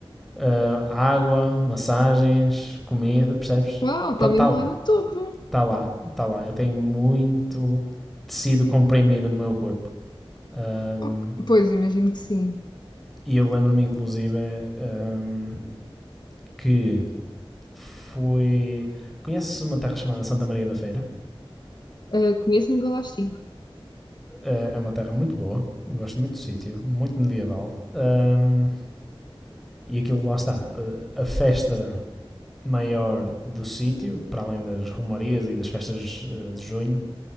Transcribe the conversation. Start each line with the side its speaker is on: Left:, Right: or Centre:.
Centre: ah, água, massagens, comida, percebes?
Left: Uau, está
Centre: Está
Left: mesmo
Centre: tá ali,
Left: lá no topo.
Centre: está lá, está lá. Eu tenho muito tecido comprimido no meu corpo. Ahm,
Left: Ok, Pois, imagino que sim.
Centre: e eu lembro-me, inclusive, ahm, que fui. Conheces uma terra chamada Santa Maria da Feira?
Left: Ah, conheço-me um galástico.
Centre: Eh, é uma terra muito boa, gosto muito do sítio, muito medieval. Ahm, e aquilo lá está, eh, a festa maior do sítio, para além das romarias e das festas eh, de junho,